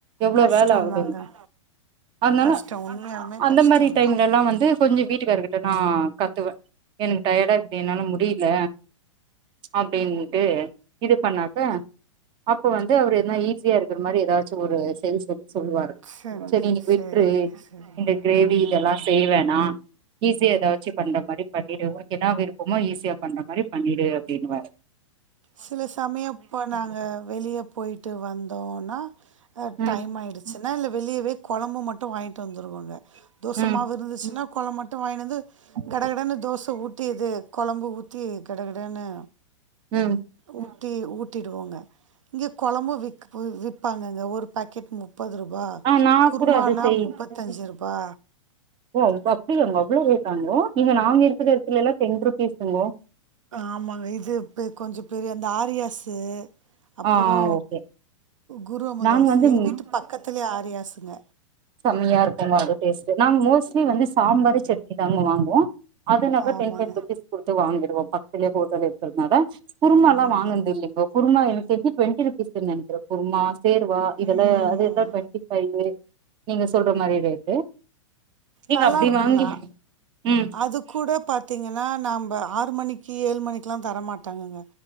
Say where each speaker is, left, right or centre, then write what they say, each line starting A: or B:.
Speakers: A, on the right; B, on the right.
A: எவ்ளோ
B: கஷ்டந்தாங்க
A: வேல ஆவுது அதனால
B: கஷ்டோ உண்மையாலுமே
A: அந்த
B: கஷ்டோங்க
A: மாரி டைம்ல லா வந்து கொஞ்சோ வீட்டுக்கார்க்கிட்ட நா கத்துவே எனக்கு டயடாருக்குது என்னால முடியல அப்டினு டு இது பண்ணாக அப்ப வந்து அவரு எதுனா ஈஸியா இருக்கிற மாரி ஏதாச்சு ஒரு செரி செஞ் சொல்லுவாரு
B: செஞ்சு
A: செரி இன்னைக்கு
B: சேரிங்க
A: விட்டுறு
B: செரி
A: இந்த கிரேவி
B: ம்
A: இதெல்லா செய்ய வேணா ஈஸியா ஏதாவ ச்சி பண்ற மாரி பண்ணிடு உனக்கு என்ன விருப்பமோ ஈஸியா பண்ற மாரி பண்ணிடு அப்டினுவாரு
B: சில சமயம் இப்ப நாங்க வெளிய போய்ட்டு வந்தோனா அ
A: ம்
B: டைம் ஆயிடுது சுனா வெளியவே கொழம்பு மட்டு வாங்கிட்டு வந்துருவாங்க தோச
A: ம்
B: மாவு இருந்துச்சுன்னா கொழம் மட் மட்டு வாங்கினு வந்து கடகடன்னு தோச ஊத்தி இது கொழம்பு ஊத்தி கடகடன்னு
A: ம்
B: ஊட்டி ஊட்டிடுவோங்க இங்கே கொழம்பு விற்க் விற்ப்பாங்கங்க ஒரு பாக்கெட் முப் பது ரூபா
A: ஆ நா
B: குருமானா
A: கூட அது செய்
B: முப்பத்தஞ்சு ரூபா
A: ஓ அப்டியாங்கோ அவ்ளோ ரேட்டாங்க இங்க நாங்க இருக்கிற இடத்துலல்லா டென் ரூபீஸ் தாங்கோ
B: ஆமாங்க இது கொஞ்சோ பெரிய அந்த ஆரியாஸ்ஸு அப்புறோ
A: ஆ ஓகே
B: குரு அமதாசு
A: நாங்க வந்து
B: எங்க வீட்டு பக்கத்துலே ஆரியாசுங்க
A: செமையா இருக்குங்கோ அந்த டேஸ்ட் நாங்க மோஸ்ட்லி வந்து சாம்பாரு சட்னி தாங்க வாங்குவோ அது நாங்க
B: ஆமாங்க
A: டென் பைவ் ரூப்பீஸ் குடுத்து வாங்கிடுவோ பக்கத்லே ஹோட்டல் இருக்றதுனால குருமாலா
B: ஆமாங்க
A: வாங்கன்து இல்லிங்கோ குருமா எனக்கு தெரிஞ்சு டுவெண்ட்டி ரூப்பீஸ்துன்னு நெனைக்கற குருமா சேர்வா இதல்லு
B: ம்
A: அது எல்லா டுவெண்ட்டி ஃபைவ்வு நீங்க சொல்ற மாரி ரேட்டு நீங்க
B: நல்லா
A: அப்டி
B: இருக்குங்க
A: வாங்கி ம்
B: அது க்கூட பாத்திங்கன்னா நாம்ப ஆறு மணிக்கு ஏழு மணிக்குலா தர மாட்டாங்கங்க